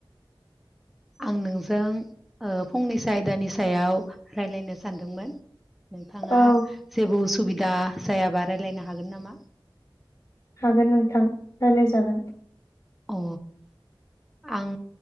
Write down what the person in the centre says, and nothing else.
अ नोंजों ओ फंनैसो आयदानि सायाव रायलायनो सानदोंमोन। नोंथाङा
जेबो उसुबिदा दा जायाबा रायलायनो हागोन नामा?
अ आं